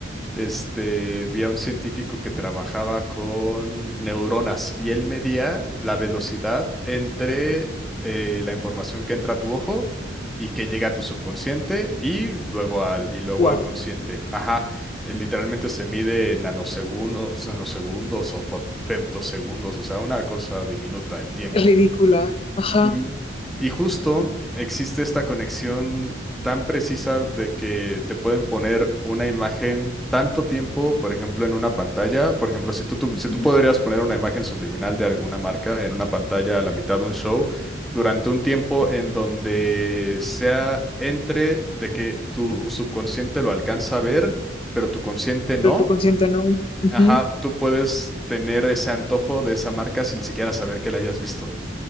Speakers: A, in the centre; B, on the left.
A: este, vi a un científico que trabajaba con neuronas y él medía la velocidad entre eh, la información que entra a tu ojo y que llega a tu subconsciente y luego al, y luego
B: Wow,
A: al consciente. Ajá, eh, literalmente se mide en nanosegundos, nanosegundos o fa- femtosegundos, o sea, una cosa diminuta en tiempo.
B: ridícula. Ajá.
A: Sí, y justo existe esta conexión tan precisa de que te pueden poner una imagen tanto tiempo, por ejemplo, en una pantalla. Por ejemplo, si tú, tú-
B: Ujú.
A: si tú podrías poner una imagen subliminal de alguna marca en una pantalla a la mitad de un show, durante un tiempo en donde sea entre de que tu subconsciente lo alcanza a ver, pero tu consciente no,
B: Pero tu consciente no. Ujú.
A: ajá, tú puedes tener ese antojo de esa marca sin siquiera saber que la hayas visto.